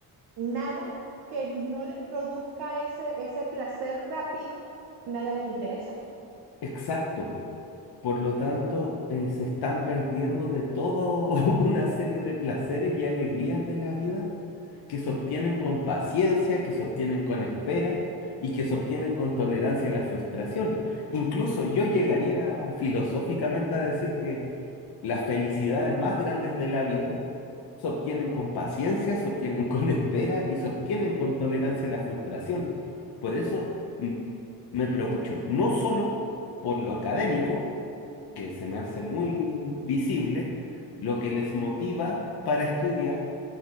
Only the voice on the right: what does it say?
nada que no les produzca ese, ese placer rápido, nada les interesa.